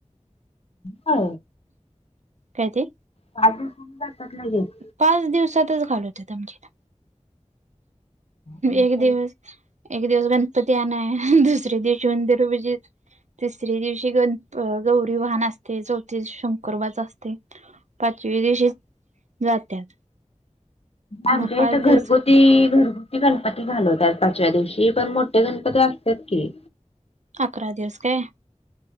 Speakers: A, on the left (about 55°); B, on the right (about 70°).
A: हो
B: काय ते?
A: पाच दिवसात जातात लगेच.
B: पाच दिवसातच घालवतात आमच्याला
A: आमच्या
B: एक दिवस. एक दिवस गणपती आणाया दुसरे दिवस उंदिर <unintelligible> तिसरी दिवशी गण गौरी वाहन असते चौथी दिवशी शंकरोबाच असतय. पाचव्या दिवशी जात्यात.
A: आमच्या
B: मग पाच
A: इथ घरगुती
B: दिवस
A: घरगुती गणपती घालवतूत पाचव्या दिवशी पण मोठे गणपती असतात की.
B: अकरा दिवस काय.